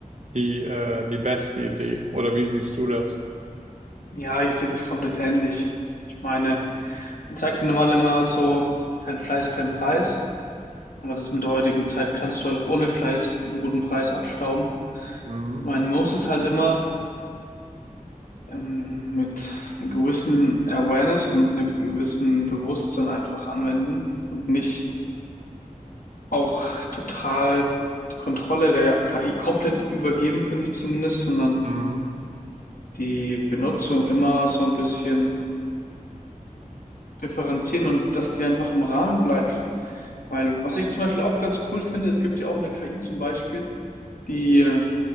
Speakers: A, on the right; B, on the left.
A: die, äh, die beste Idee. Oder wie siehst du das?
B: Ja, ich sehe das komplett ähnlich. Ich meine, man sagt ja normal immer so, kein Fleiß, kein Preis. Aber das mit der heutigen Zeit kannst du halt auch ohne Fleiß einen guten Preis abstauben.
A: Mhm.
B: Ich meine, man muss es halt immer ähm, mit einer gewissen Awareness und mit einem gewissen Bewusstsein einfach anwenden und nicht auch total die Kontrolle der KI komplett übergeben, finde ich zumindest, sondern
A: Mhm.
B: die Benutzung immer so ein bisschen differenzieren und dass die einfach im Rahmen bleibt. Weil was ich zum Beispiel auch ganz cool finde, es gibt ja auch eine KI zum Beispiel, die äh,